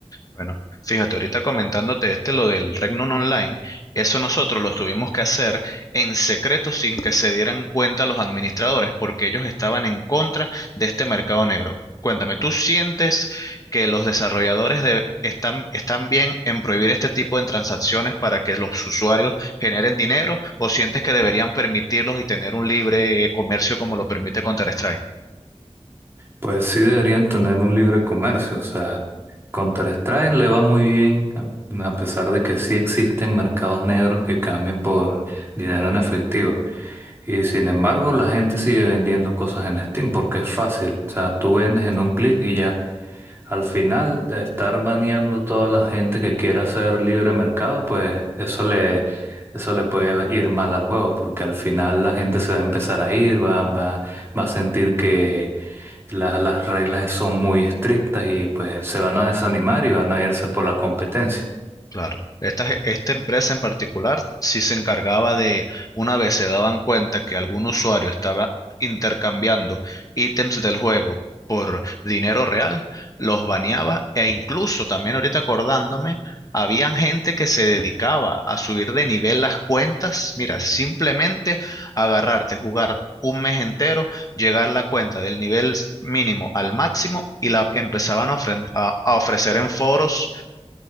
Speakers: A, on the left; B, on the right.
A: Bueno, fíjate, ahorita comentándote este lo del Regnum Online, eso nosotros lo tuvimos que hacer en secreto sin que se dieran cuenta los administradores, porque ellos estaban en contra de este mercado negro. Cuéntame, ¿tú sientes que los desarrolladores de- están, están bien en prohibir este tipo de transacciones para que los usuarios generen dinero o sientes que deberían permitirlos y tener un libre comercio como lo permite Counter-Strike?
B: Pues sí deberían tener un libre comercio, o sea, Counter-Strike le va muy bien, a, a pesar de que sí existen mercados negros que cambian por dinero en efectivo. Y sin embargo, la gente sigue vendiendo cosas en Steam porque es fácil, o sea, tú vendes en un clic y ya. Al final, de estar baneando toda la gente que quiera hacer libre mercado, pues eso le, eso le puede ir mal al juego, porque al final la gente se va a empezar a ir, va, va, va a sentir que la- las reglas son muy estrictas y pues se van a desanimar y van a irse por la competencia.
A: Claro. Esta, ge- esta empresa en particular sí se encargaba de, una vez se daban cuenta que algún usuario estaba intercambiando ítems del juego por dinero real, los baneaba e incluso también ahorita acordándome, habían gente que se dedicaba a subir de nivel las cuentas. Mira, simplemente agarrarte, jugar un mes entero, llegar la cuenta
B: Mm.
A: del nivel mínimo al máximo y la empezaban a ofren- a- a ofrecer en foros